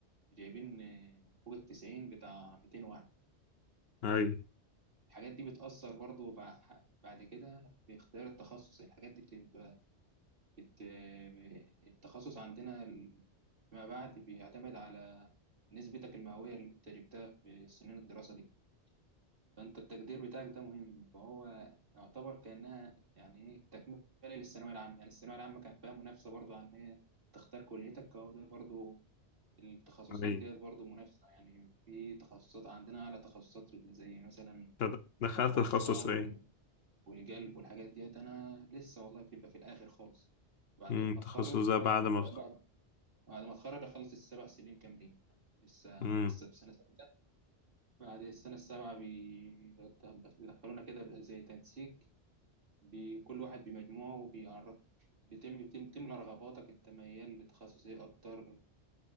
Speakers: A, on the right; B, on the left.
A: جايبين آه، فوق التسعين بتاع ميتين واحد
B: اي
A: الحاجات دي بتأثر برضو بع- بعد كده في اختيار التخصص الحاجات دي بتبقى بت... التخصص عندنا ال- ما بعد بيعتمد على نسبتك المئوية اللي انت جبتها في سنين الدراسة دي فانت التقدير بتاعك ده مهم فهو يعتبر كأنها يعني ايه تكملة للثانوية العامة يعني الثانوية العامة كان فيها منافسة برضو عن ايه تختار كليتك او ده برضو التخصصات
B: اي
A: ديت برضو منافسة يعني في تخصصات عندنا على تخصصات زي مثلا
B: طب دخلت
A: مخ وأعصاب
B: تخصص ايه
A: والجلب والحاجات ديت انا لسه والله بتبقى في الاخر خالص بعد
B: امم التخصص
A: ما اتخرج
B: ده
A: هو
B: بعد
A: أنا
B: ما
A: بعد بعد ما اتخرج اخلص السبع سنين كاملين يعني لسه
B: امم
A: لسه في سنه سته بعد السنه السابعه بي- بيدخلونا كده بقى زي تنسيق بكل واحد بمجموعه وبيعرف بتم بتم بتملى رغباتك انت ميال لتخصص ايه اكتر